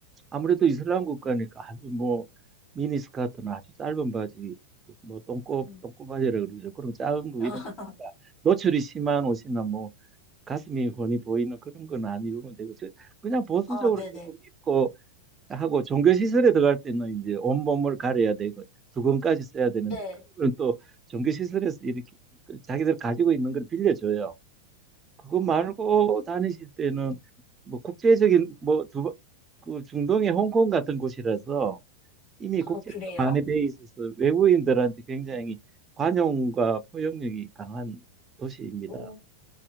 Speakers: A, on the right; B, on the left.
A: 아무래도 이슬람 국가니까 아주 뭐 미니스커트나 아주 짧은 바지 뭐 똥꼬
B: 음.
A: 똥꼬바지라 그러죠. 그런 짧은 거
B: <laughs>
A: 이런 거 노출이 심한 옷이나 뭐 가슴이 훤히 보이는 그런 건 안 입으면 되고 저- 그냥 보수적으로
B: 어, 네네.
A: 조금 입고 하고 종교 시설에 들어갈 때는 이제 온몸을 가려야 되고 두건까지 써야 되는데
B: 네.
A: 그런 건또 종교 시설에서 이렇게 그 자기들 가지고 있는 걸 빌려줘요. 그거
B: 어,
A: 말고 다니실 때는 뭐 국제적인 뭐 두, 그 중동의 홍콩 같은 곳이라서 이미 국제가
B: 아, 그래요?
A: 많이 돼 있어서 외국인들한테 굉장히 관용과 포용력이 강한 도시입니다.
B: 오.